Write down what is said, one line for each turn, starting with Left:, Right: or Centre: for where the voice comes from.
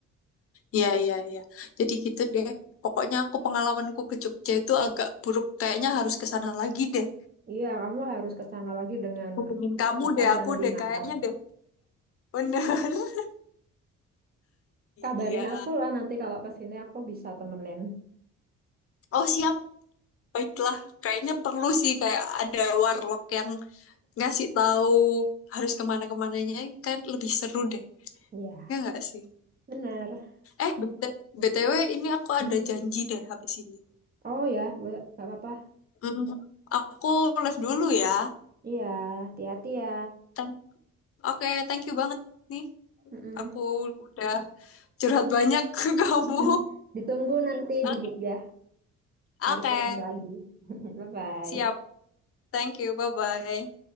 Left: Iya, iya, iya. Jadi gitu deh. Pokoknya aku pengalamanku ke Jogja itu agak buruk. Kayaknya harus ke sana lagi deh.
Right: iya kamu harus ke sana lagi dengan
Left: Hubungin
Right: persiapan
Left: kamu deh,
Right: yang
Left: aku
Right: lebih
Left: deh
Right: matang
Left: kayaknya deh. Bener. <laughs>
Right: Kabarin
Left: Iya.
Right: aku lah nanti kalau pas ini aku bisa temenin.
Left: Oh, siap. Baiklah, kayaknya perlu sih kayak ada warlock yang ngasih tahu harus kemana-kemananya kan lebih seru deh.
Right: Iya,
Left: Ya nggak sih?
Right: bener.
Left: Eh, BT- BTW ini aku
Right: Hmm.
Left: ada janji deh habis ini.
Right: Oh ya, boleh, gak apa-apa.
Left: Mm, aku live dulu ya.
Right: Iya, hati-hati ya.
Left: Thank- Oke, thank you banget nih.
Right: Mm-mm.
Left: Aku udah curhat banyak <laughs> ke kamu.
Right: <laughs> Ditunggu nanti
Left: Oke,
Right: di Jogja.
Left: oke.
Right: Harus ketemu lagi. <laughs> Bye-bye.
Left: Siap. Thank you. Bye-bye.